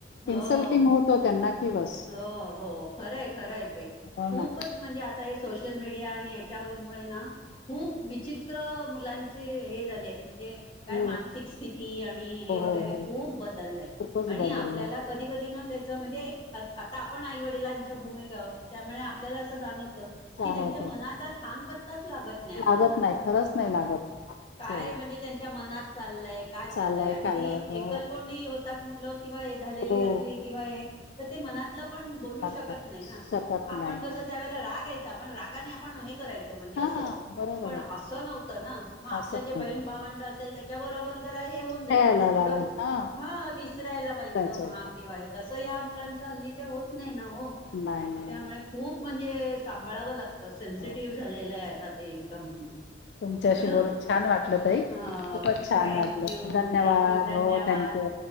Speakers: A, on the left; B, on the left.
A: हो
B: इन्सल्टिंग होतो त्यांना की बस
A: हो हो खरंय-खरंय ते खूपच
B: हो ना
A: म्हणजे आता सोश शल मीडिया आणि याच्यामुळे ना खूप विचित्र मुलांचे हे झाले आहेत. म्हणजे
B: हो
A: काय मानसिक स्थिती आणि हे
B: हो
A: वगैरे
B: हो हो
A: खूप बदललय
B: खूपच
A: आणि
B: बदललंय
A: आपल्याला कधी-कधी ना त्याचा म्हणजे एक आत आता आपण आई वडिलांच्या भूमिका आहोत त्यामुळे आपल्याला असं जाणव त
B: जाणवत
A: की त्यांच्या मनाचा थांब पण पत्ताच लागत नाही आपल्याला
B: लागत नाही खरंच नाही लागत
A: काय
B: चला
A: म्हणजे त्यांच्या मनात लय काय चाललंय
B: चालय
A: आणि
B: कालय
A: ती
B: हो
A: एकलकोंडी होतात मुलं किंवा हे झालेली
B: हो
A: असली किंवा हे तर ते मनातलं पण बोलू
B: लागतात
A: शकत नाही ना?
B: शकत
A: आपण
B: नाही
A: कसं त्यावेळेला राग यायचा पण रागाने आपण हे करायचं म्हणजे असं
B: हा बरोबर
A: पण
B: आहे
A: असं नव्हतं ना? म आपलं
B: असं
A: जे
B: म्हणतात.
A: बहीण भावंड असेल त्यांच्याबरोबर जरा हे होऊन जायचं
B: खेळायला
A: म्हणजे थोडं
B: लागल हा
A: हां विसरायला व्हायचं
B: जायचं
A: म्हणा
B: होत
A: किंवा हे त स ह्या मुलांचं हल्ली च्या होत नाही ना हो
B: नाही नाही
A: त्यामुळे खुप म्हणजे सांभाळायला लागतं सेन्सिटिव्ह
B: हो.
A: झालेलंय आता ते एकदम हे हो
B: तुमच्याशी
A: ना
B: बोलून छान वाटलं ताई
A: हां
B: खूपच छान
A: थँक
B: वाटलं
A: यू
B: धन्यवाद
A: थँक यू धन्यवाद.
B: हो थँक्यू